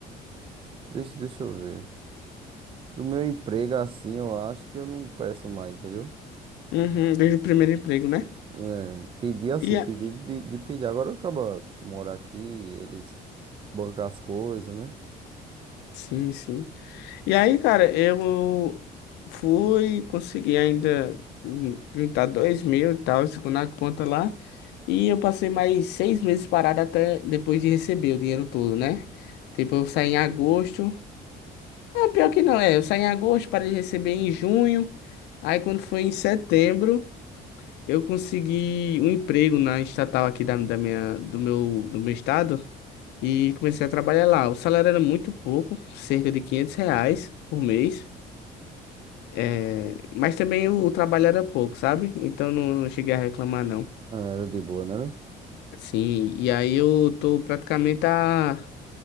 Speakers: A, on the right; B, on the left.
A: deixa, deixa eu ver. Do meu emprego assim, eu acho que eu não peço mais, entendeu?
B: Uhum, desde o primeiro emprego, né?
A: É, pedir assim,
B: E a...
A: pedir de, de pedir. Agora eu acabo morar aqui, eles bancam as coisas, né?
B: Sim, sim. E aí, cara, eu fui, consegui ainda jun- juntar dois mil e tal, segundo a conta lá. E eu passei mais seis meses parado até depois de receber o dinheiro todo, né? Tipo, eu saí em agosto. Ah, pior que não, é. Eu saí em agosto, parei de receber em junho. Aí, quando foi em setembro. Eu consegui um emprego na estatal aqui da, da minha, do meu, do meu estado e comecei a trabalhar lá. O salário era muito pouco, cerca de 500 reais por mês, eh, mas também o, o trabalho era pouco, sabe? Então não, não cheguei a reclamar, não.
A: Ah, era de boa, né?
B: Sim, e aí eu tô praticamente a...